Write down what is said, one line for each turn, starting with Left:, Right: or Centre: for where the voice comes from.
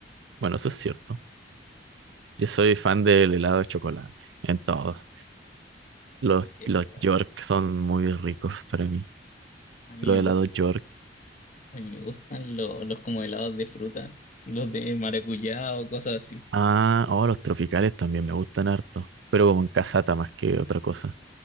Right: Bueno, eso es cierto. Yo soy fan del helado de chocolate, en todos. Los,
Left: Y que,
Right: los
Left: bueno,
Right: York son muy ricos para mí.
Left: a mí
Right: Los
Left: me gusta,
Right: helados York.
Left: a mí me gustan lo- los como helados de fruta, los de maracuyá o cosas así.
Right: Ah, oh, los tropicales también me gustan harto, pero como en casata más que otra cosa.